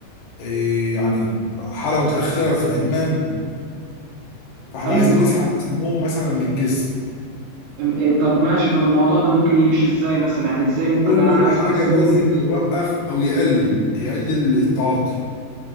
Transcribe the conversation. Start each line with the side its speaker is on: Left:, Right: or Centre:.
Left: إيه يعني حاله متاخره في الادمان فاحنا
Right: ايوه
Left: عايزين نسحب السموم مثلا من الجسم
Right: أم- إيه، طب ماشي طب الموضوع ده ممكن يمشي ازاي مثلا يعني ازاي ممكن
Left: اول
Right: اسحب
Left: حاجه
Right: السموم
Left: لازم
Right: من جسمي
Left: يوقف او يقلل يقلل التعاطي